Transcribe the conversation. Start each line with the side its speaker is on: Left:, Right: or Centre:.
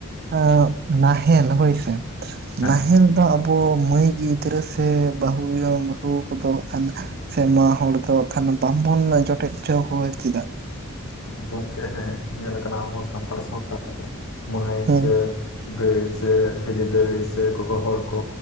Right: ᱟᱨ ᱱᱟᱦᱮᱞ ᱦᱳᱭ ᱥᱮ
Left: ᱦᱮᱸ
Right: ᱱᱟᱦᱮᱞ ᱫᱚ ᱟᱵ ᱟᱵᱚ ᱢᱟᱹᱭ ᱜᱤᱫᱽᱨᱟᱹ ᱥᱮ ᱵᱟᱹᱦᱩ ᱮᱨᱟ ᱱᱤᱠᱩ ᱠᱚ ᱫᱚ ᱦᱟᱸᱜ ᱠᱷᱟᱡ ᱥᱮᱢᱟ ᱦᱚᱲ ᱫᱚ ᱠᱷᱟᱱ ᱵᱟᱵᱚᱱ ᱡᱚᱴᱮᱫ ᱦᱚᱪᱚ ᱠᱚᱣᱟ ᱪᱮᱫᱟᱜ?
Left: ᱟᱫᱚ ᱜᱚᱝᱠᱮ ᱦᱮᱸ ᱧᱮᱞ ᱠᱟᱱᱟ ᱟᱵᱚ ᱥᱟᱱᱛᱟᱲ ᱥᱟᱣᱛᱟ ᱨᱮᱫᱚ ᱢᱟᱭ
Right: ᱦᱮᱸ
Left: ᱥᱮ ᱫᱟᱹᱭ ᱥᱮ ᱦᱤᱞᱤ ᱫᱟᱹᱭ ᱥᱮ ᱜᱚᱜᱚ ᱦᱚᱲ ᱠᱚ